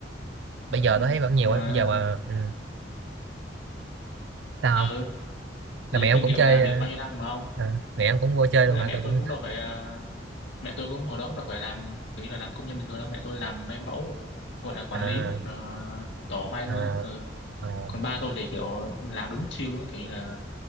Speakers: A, on the right; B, on the left.
A: bây giờ
B: ừ,
A: tôi thấy vẫn nhiều
B: nhưng
A: ấy
B: mà
A: bây giờ mà ừ, sao
B: ờ,
A: không là
B: thì
A: mẹ em
B: kinh
A: cũng
B: nghiệm
A: chơi
B: làm
A: ờ,
B: việc bao nhiêu năm mà không
A: à, mẹ em cũng vô chơi
B: với
A: luôn
B: lại
A: hả
B: mẹ
A: tôi
B: tôi
A: cũng
B: cũng đâu phải à, mẹ tôi cũng hồi đó cũng đâu phải làm kiểu như là làm công nhân bình thường đâu mẹ tôi làm may mẫu gọi là quản
A: à,
B: lý một ờ, tổ may
A: à,
B: luôn ấy ừ.
A: à,
B: còn ba tôi thì kiểu làm đúng chill luôn kiểu như là